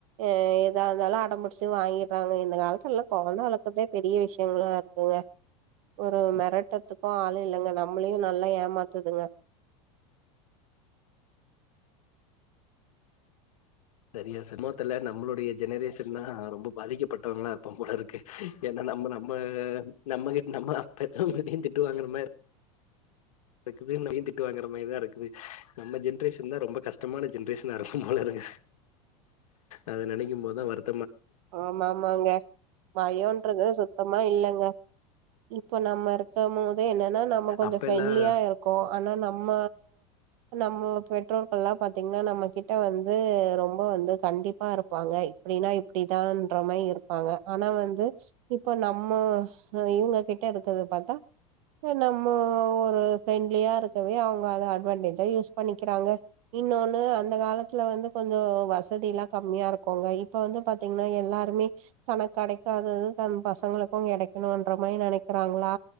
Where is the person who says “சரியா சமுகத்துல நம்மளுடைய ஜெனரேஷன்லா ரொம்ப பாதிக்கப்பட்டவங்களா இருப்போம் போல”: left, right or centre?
Left